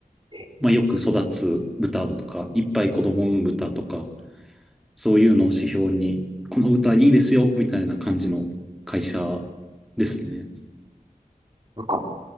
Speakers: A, on the right (about 35°); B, in the centre.
A: え、
B: まあ、よく育つ豚だとか、いっぱい子供を産む豚とか、そういうのを指標に、この豚いいですよ、みたいな感じの会社ですね。
A: なんか、